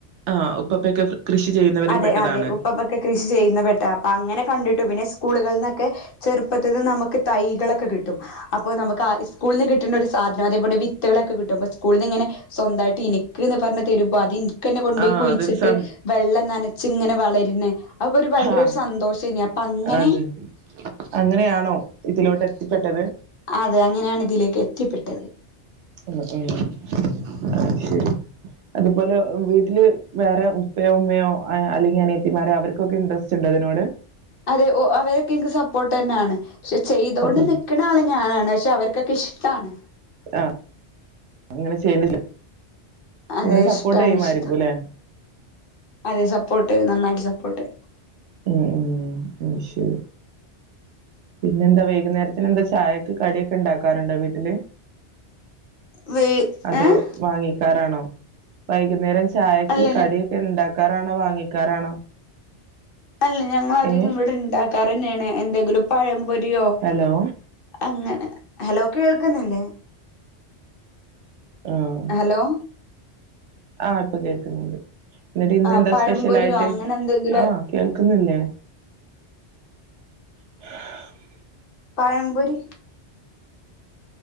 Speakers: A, on the right; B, on the left.
A: ആഹ് ഉപ്പപ്പൊക്കെ കൃഷി ചെയ്യുന്നവരിൽ
B: അതെ
A: പെട്ടതാണ്
B: അതെ ഉപ്പൊക്കെ കൃഷി ചെയ്യുന്ന പെട്ട അപ്പൊ അങ്ങനെ കണ്ടിട്ടു പിന്നെ സ്കൂളുകളിൽ നിന്നൊക്കെ ചെറുപ്പത്തിൽ നമുക്ക് തൈകളൊക്കെ കിട്ടും അപ്പൊ നമുക്ക് സ്കൂളി നിന്ന് കിട്ടണ്ട ഒരു സാധനം അതെപോലെ വിത്തുകളൊക്കെ കിട്ടും സ്കൂള നിന്ന്ങ്ങനെ സ്വന്തായിട്ട് എനിക്ക് എന്ന് പറഞ് തരുമ്പോ അതിന്ക്ക്ന്നെ കൊണ്ട് പോയി
A: ആഹ്
B: കുഴിച്ചിട്ട്
A: അതൊരു സം
B: വെള്ളം നനച്ച് ഇങ്ങനെ വളരുന്ന അക്കൊ ഒരു ഭയങ്കര
A: ആഹ്
B: ഒരു സന്തോഷം തന്നെയ അപ്പൊ അങ്ങനെ
A: അതെ അങ്ങനെയാണോ ഇതിലോട്ട് എത്തിപ്പെട്ടത്
B: അതെ അങ്ങനെയാണ് ഇതിലേക്ക് എത്തിപ്പെട്ടത്
A: ഉ അ ശരി അതുപോലെ വീട്ടില് വേറെ ഉപ്പയോ ഉമ്മയോ അല്ലെങ്കിൽ അനിയത്തിമാരോ അവർക്ക് ക്കെ ഇൻടറസ്റ്റ് ഉണ്ടൊ ഇതിനോട്
B: അതെ ഓ അവരൊക്കെ എനിക്ക് സപ്പോർട്ട് തന്നെയാണ് പക്ഷെ ചെയ്തൊണ്ട്
A: സപ്പോ
B: നിക്കണ ആള് ഞാനാണ് പക്ഷെ അവർക്കൊക്കെ ഇഷ്ടമാണ്
A: ആഹ് അങ്ങനെ ചെയ്യുന്നില്ല
B: അതെ
A: നിന്നെ സപ്പോർട്ട്
B: ഇഷ്ടാണ്
A: ചെയ്യമായിരിക്കും
B: ഇഷ്ടം
A: അല്ലെ
B: അതെ സപ്പോർട്ട് നന്നായിട്ട് സപ്പോർട്ട്
A: ഉം ഉം അയ്ശരി പിന്നെ എന്താ വൈകുന്നേരത്തിന് എന്താ ചായൊക്കെ കടിയൊക്കെ ഉണ്ടാക്കാറുണ്ടോ വീട്ടില്
B: വേ
A: അതോ
B: ഏഹ്
A: വാങ്ങിക്കാറാണോ വൈകുന്നേരം ചായക്ക്
B: അല്ലന്നെ
A: കടിയൊക്കെ ഉണ്ടാക്കാറാണോ വാങ്ങിക്കാറാണോ
B: അല്ല ഞങ്ങള അധികം
A: ഏഹ്
B: ഇവിടെ ഉണ്ടാക്കാറ്ന്നെയാണ് എന്തെങ്കിലും പഴംപൊരിയോ
A: ഹലോ
B: അങ്ങനെ ഹലോ കേൾക്കുന്നില്ലേ
A: ആഹ്
B: ഹലോ
A: ആഹ് ഇപ്പൊ കേൾക്കുന്നുണ്ട് എന്നിട്ട് ഇന്നെന്താ
B: ആ പഴംപൊരിയോ
A: സ്പെഷ്യൽ ആയിട്ട്
B: അങ്ങനെ എന്തെങ്കിലും
A: ആഹ് കേൾക്കുന്നില്ലേ <unintelligible>
B: പഴംപൊരി